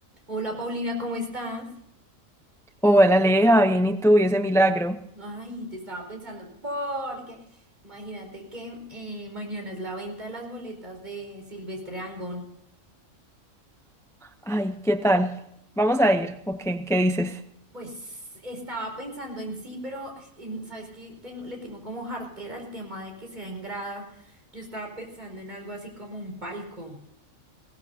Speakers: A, on the right; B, in the centre.
A: Hola Paulina, ¿cómo estás?
B: Hola, Aleja, bien, ¿y tú? ¿Y ese milagro?
A: Ay, te estaba pensando porque imagínate que eh, mañana es la venta de las boletas de Silvestre Angón.
B: Ay, ¿qué tal? ¿Vamos a ir? ¿O qué? ¿Qué dices?
A: Pues estaba pensando en sí, pero en- sabes que le tengo como jartera el tema de que sea en grada. Yo estaba pensando en algo así como un palco.